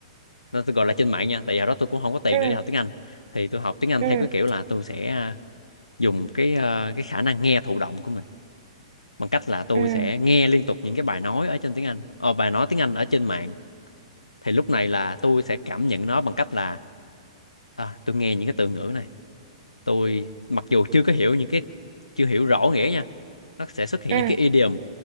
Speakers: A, on the left; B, on the right.
A: nó tôi gọi là trên mạng nha tại vì hồi đó tôi cũng không có tiền
B: ừ
A: để đi học tiếng Anh thì tôi học tiếng Anh
B: ừ
A: theo cái kiểu là tôi sẽ ờ, dùng cái ờ, cái khả năng nghe thụ động của mình bằng cách là tôi
B: ừ
A: sẽ nghe liên tục những cái bài nói ở trên tiếng Anh ờ, bài nói tiếng Anh ở trên mạng thì lúc này là tôi sẽ cảm nhận nó bằng cách là à, tôi nghe những cái từ ngữ này tôi mặc dù chưa có hiểu những cái chưa hiểu rõ nghĩa nha nó sẽ xuất hiện
B: ừ
A: những cái idiom